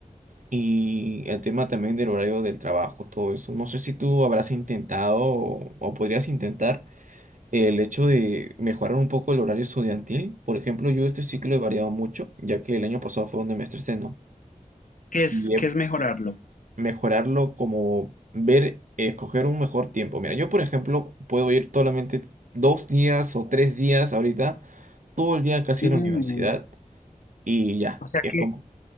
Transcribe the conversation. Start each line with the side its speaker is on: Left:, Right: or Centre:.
Right: Y el tema también del horario del trabajo, todo eso. No sé si tú habrás intentado o, o podrías intentar el hecho de mejorar un poco el horario estudiantil. Por ejemplo, yo este ciclo he variado mucho, ya que el año pasado fue donde me estresé, ¿no?
Left: ¿Qué es,
Right: Y he-
Left: qué es mejorarlo?
Right: mejorarlo como ver, escoger un mejor tiempo. Mira, yo por ejemplo puedo ir solamente dos días o tres días ahorita, todo el día casi
Left: Mm,
Right: en la universidad y ya.
Left: O sea
Right: Es
Left: que,
Right: como